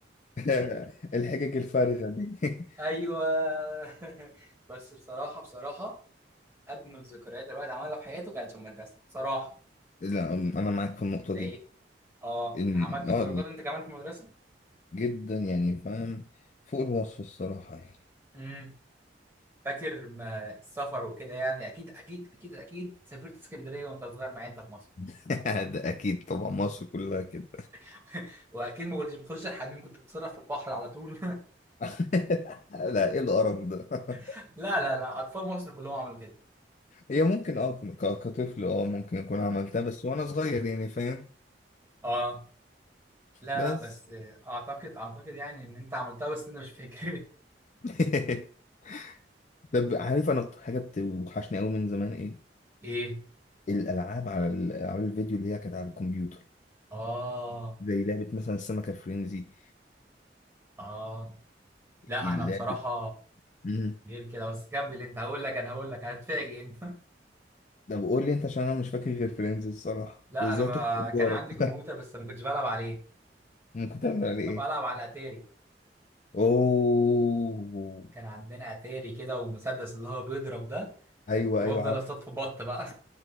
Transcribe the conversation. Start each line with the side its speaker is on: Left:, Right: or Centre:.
Left: <laughs> الحجج الفارغه دي <laughs>
Right: <laughs> أيوه <laughs> بس بصراحة بصراحة أجمل ذكريات الواحد عملها في حياته كانت في المدرسة بصراحة
Left: لا انا معاك في النقطه
Right: أنت إيه؟
Left: دي
Right: اه
Left: إن-
Right: عملت صداقات
Left: اه
Right: انت كمان في المدرسه
Left: جدا يعني فاهم فوق الوصف الصراحة يعني
Right: امم فاكر ما السفر وكده يعني اكيد اكيد اكيد اكيد سافرت اسكندريه وانت صغير مع انت في مصر
Left: <laughs> <laughs> ده اكيد طبعا مصر كلها كده
Right: <laughs> واكيد ما كنتش بتخش الحمام كنت بتتصرف في البحر على طول
Left: <laughs> لا ايه القرف ده <laughs>
Right: <laughs> لا لا لا اطفال مصر كلهم عملوا كده
Left: هي ممكن اه ك- كطفل اه ممكن اكون عملتها بس وانا صغير يعني فاهم
Right: اه لا
Left: بس
Right: لا بس آه، اعتقد اعتقد يعني ان انت عملتها بس انت مش فاكر
Left: <laughs> طب عارف انا اكتر حاجة بتوحشني قوي من زمان ايه
Right: <laughs> ايه
Left: الالعاب على العاب الفيديو اللي هي كانت على الكمبيوتر
Right: اه
Left: زي لعبة مثلا السمكة فرينزي
Right: اه لا
Left: اللعبة
Right: انا بصراحه
Left: <laughs> مم.
Right: غير كده بس كمل انت هقول لك انا هقول لك هتفاجئ انت <laughs>
Left: طب قول لي انت عشان انا مش فاكر غير فرينزي الصراحة
Right: لا
Left: وازاي
Right: انا ما
Left: تخنق
Right: كان
Left: جارك
Right: عندي كمبيوتر بس ما كنتش بلعب عليه
Left: <laughs> ممكن تعمل عليه
Right: طب
Left: ايه
Right: العب
Left: <laughs>
Right: على اتاري
Left: اوه
Right: كان عندنا اتاري كده ومسدس اللي هو بيضرب ده
Left: ايوه
Right: طب
Left: ايوه
Right: افضل
Left: عارف
Right: اصطاد في بط بقى